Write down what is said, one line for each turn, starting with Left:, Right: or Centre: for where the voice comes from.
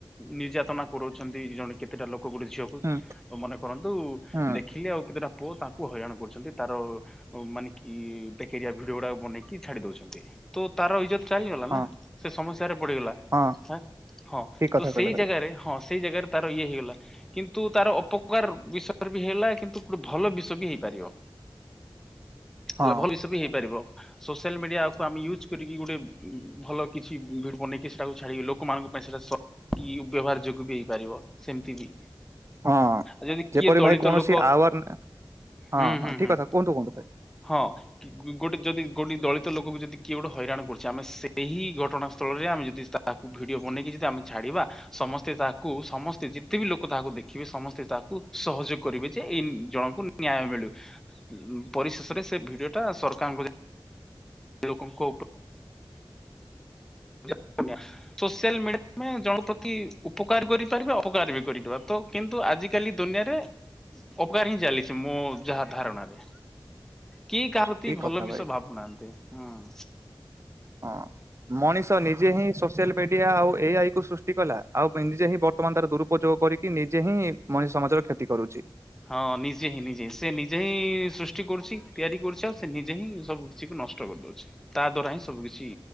Centre: ନିର୍ଯାତନା କରଉଛନ୍ତି ଜଣେ କେତେଟା ଲୋକ ଗୋଟେ ଝିଅକୁ
Right: ହୁଁ
Centre: ମନେ କରନ୍ତୁ
Right: ହୁଁ
Centre: ଦେଖିଲି ଆଉ କେତେଟା ପୁଅ ତା କୁ ହଇରାଣ କରୁଛନ୍ତି ତାର ମାନେ କି ବେକରିଆ ଭିଡିଓରା ବନେଇକି ଛାଡି ଦଉଚନ୍ତି। ତୁ ତାର ଇଜ୍ଜତ ଚାଲିଗଲା
Right: ହଁ
Centre: ନା ସେ ସମସ୍ୟରେ ପଡିଗଲା।
Right: ହଁ
Centre: ଆଁ ହଁ
Right: ଠିକ କଥା
Centre: ତୁ ସେଇ
Right: କହିଲେ ଭାଇ
Centre: ଜାଗାରେ ହଁ ସେଇ ଜାଗାରେ ତାର ଇଏ ହେଇଗଲା। ତୁ ତାର ଅପକାର ବିଷୟରେ ବି ହେଲା କିନ୍ତୁ ଗୋଟେ ଭଲ ବିଷୟ ବି ହେଇପାରିବ।
Right: ହଁ।
Centre: ହେଲେ ଭଲ ବି ସବୁ ହେଇପାରିବ। ସୋସିଆଲ ମିଡିଆକୁ ଆମେ ୟୁଜ କରିକି ଗୋଟେ ଭଲ କିଛି ଭିଡି ବନେଇକି ଛାଡି ଲୋକ। ଲୋକମାନଙ୍କ ପାଇସାଟା ସକି ବ୍ୟବହାର ଯୋଗ ବି ହେଇପାରିବ ସେମିତି ବି?
Right: ହଁ
Centre: ଯଦି
Right: ଯେପରି
Centre: କିଏ ଦଳିତ
Right: ଭାଇ କୌଣସି
Centre: ଲୋକ
Right: ଆୱାର ହଁ
Centre: ହୁଁ
Right: ହଁ
Centre: ହୁଁ
Right: ଠିକ
Centre: ହୁଁ।
Right: କଥା କୁହନ୍ତୁ କୁହନ୍ତୁ ଭାଇ
Centre: ହଁ। ଗୋଟେ ଯଦି ଗୋଟେ ଦଳିତ ଲୋକକୁ ଯଦି କିଏ ଗୋଟେ ହଇରାଣ କରୁଚି ଆମେ ସେହି ଘଟଣାସ୍ଥଳରେ ଆମେ ଯଦି ସ୍ତା ତାକୁ ଭିଡିଓ ବନେଇକି ଯଦି ଆମେ ଛାଡିବା ସମସ୍ତେ ତାକୁ ସମସ୍ତେ ଯେତେ ବି ଲୋକ ତାହାକୁ ଦେ ଦେଖିବେ ସମସ୍ତେ ତାକୁ ସହଯୋଗ କରିବେ ଯେ ଏଇ ଜଣଙ୍କୁ ନ୍ୟାୟ ମିଳୁ। ପରିଶେଷରେ ସେ ଭିଡିଓ ଟା ସରକାରଙ୍କୁ ଯାଇ ଲୋକଙ୍କ ଉପ ଜାପନିୟାସୋସିଆଲ ମିଡିଆ ପାଇଁ ଜଣ ପ୍ରତି ଉପକାର କରିପାରିବେ ଅପକାର କରିପାରିବ ତ କିନ୍ତୁ ଆଜିକାଲି ଦୁନିଆରେ? ଅପକାର ହିଁ ଚାଲିଛି ମୋ ଯାହା ଧାରଣାରେ। କିଏ କାହା ପ୍ରତି
Right: ଠିକ
Centre: ଭଲ
Right: କଥା
Centre: ବିଷୟ
Right: ଭାଇ
Centre: ଭାବୁନାହାନ୍ତି ହଁ।
Right: ହଁ ମଣିଷ ନିଜେ ହିଁ ସୋସିଆଲ ମିଡିଆ ଆଉ ଏଇ ଆଇ କୁ ସୃଷ୍ଟି କି କଲା ଆଉ ବେନିଜେ ହିଁ ବର୍ତ୍ତମାନ ତାର ଦୁରୁପଯୋଗ କରିକି ନିଜେ ହିଁ ମଣିଷ ସମାଜର କ୍ଷତି କରୁଚି।
Centre: ହଁ ନିଜେ ହିଁ ନିଜେ ହଁ ସେ ନିଜେ ହିଁ ସୃଷ୍ଟି କରୁଛି ତିଆରି କରୁଛି ଆଉ ସେ ନିଜେ ହିଁ ସବୁ କିଛି ନଷ୍ଟ ଷ୍ଟ କରିଦଉଛି ତାତ ନାହିଁ ସବୁ କିଛି